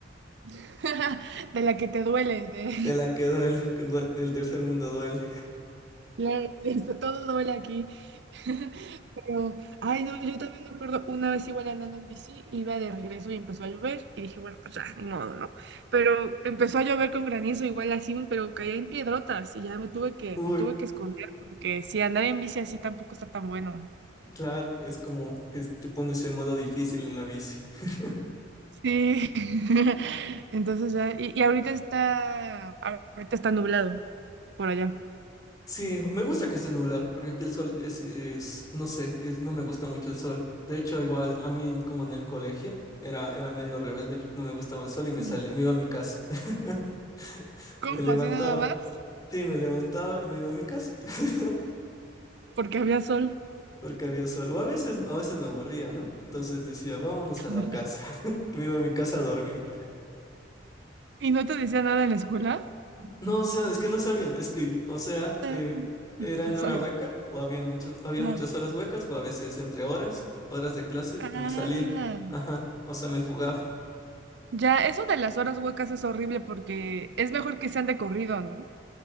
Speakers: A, on the right; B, on the left.
A: <laughs> De la que te duele. de-
B: de la
A: <laughs>
B: que duele, que due- el tercer mundo duele.
A: Claro, eso, todo duele aquí. <laughs> Pero, ay, no, yo también me acuerdo una vez igual andando en bici, iba de regreso y empezó a llover. Y dije, bueno, pues ya, ni modo, ¿no? Pero empezó a llover con granizo, igual así, pero caía en piedrotas y ya me tuve que,
B: Uy,
A: me tuve que esconder porque si andar en bici así tampoco está tan bueno.
B: claro, es como, es- te pones en modo difícil en la bici. <laughs>
A: Sí. <laughs> Entonces ya, y, y ahorita está, ahorita está nublado por allá.
B: Sí, me gusta que esté nublado, porque aquí el sol es, es, no sé, es, no me gusta mucho el sol. De hecho, igual a mí, como en el colegio, era, era medio rebelde, no me gustaba el sol y me
A: Ujú.
B: salía, me iba a mi casa. <laughs>
A: ¿Cómo?
B: Me levantaba,
A: ¿Así nada más?
B: sí, me levantaba y me iba a mi casa, <laughs>
A: Porque había sol.
B: porque había sol. O a veces, a veces me aburría, ¿no? Entonces decía, vámonos
A: <laughs>
B: a la casa. <laughs> Me iba a mi casa a dormir.
A: ¿Y no te decía nada en la escuela?
B: No, o sea, es que no sabían, es que, o sea,
A: Ah,
B: eh,
A: <laughs>
B: era en
A: No
B: hora
A: sabía.
B: hueca, o había muchas, había
A: Ah,
B: muchas horas huecas, o a veces entre horas, horas de clase,
A: Ah,
B: me salía. Ajá, o sea, me fugaba.
A: ya, eso de las horas huecas es horrible porque es mejor que sean de corrido, ¿no?